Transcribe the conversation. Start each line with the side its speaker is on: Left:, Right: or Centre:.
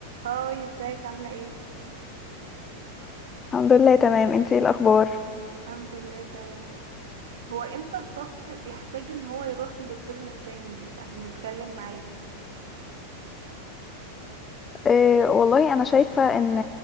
Right: هاي ازيك عاملة ايه؟
Left: الحمد لله تمام انتي ايه الاخبار
Right: الحمد لله تمام هو امتى الشخص بيحتاج ان هو يروح لدكتور نفساني عشان يتكلم معاه
Left: اه والله انا شايفة ان